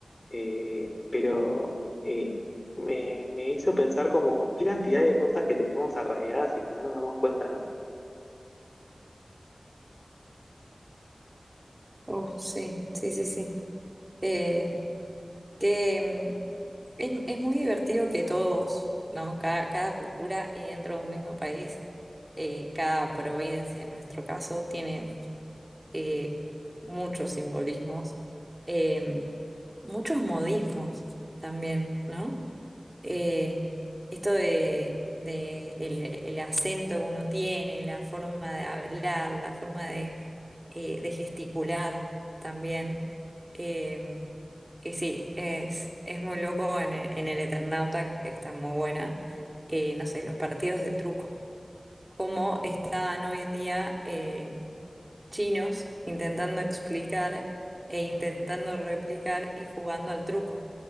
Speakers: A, on the left (about 40°); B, on the right (about 25°).
A: eh, pero eh, me, me hizo pensar como qué cantidad de cosas que tenemos arraigadas y que no nos damos cuenta, ¿no?
B: Oh, sí, sí, sí, sí. Eh, que mm, es, es muy divertido que todos, ¿no? Cada, cada cultura y dentro de un mismo país, eh, cada provincia en nuestro caso tiene eh, muchos simbolismos, eh, muchos modismos también, ¿no? Eh, esto de, de el, el acento que uno tiene, la forma de hablar, la forma de eh, de gesticular también. Eh, y sí, es, es muy loco en el, en el Eternauta, que está muy buena. Eh, no sé, los partidos de truco. Cómo están hoy en día eh, chinos intentando explicar e intentando replicar y jugando al truco.